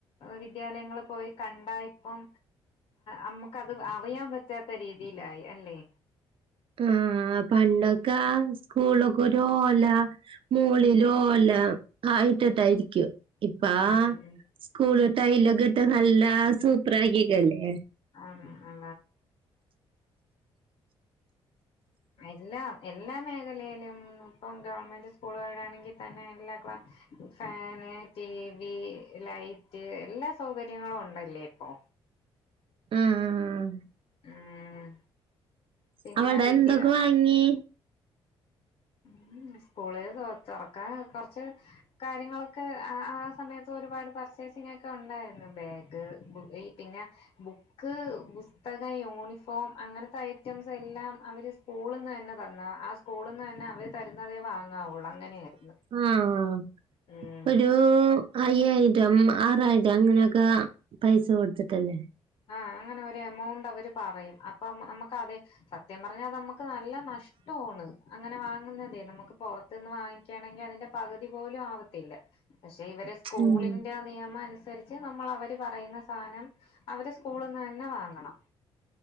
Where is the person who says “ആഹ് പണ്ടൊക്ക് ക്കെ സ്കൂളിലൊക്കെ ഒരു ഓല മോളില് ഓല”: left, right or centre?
Right